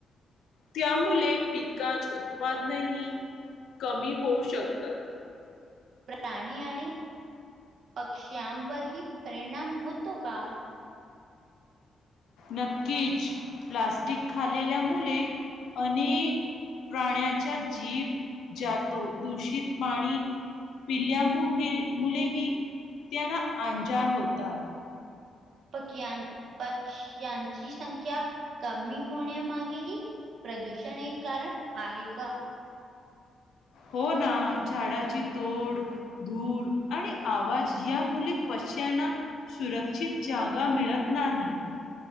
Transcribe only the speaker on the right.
प्राणी आणि पक्ष्यांवरही परिणाम होतो का
पकिया पक्ष्यांची संख्या कमी होण्यामागेही प्रदूषण एक कारण आहे का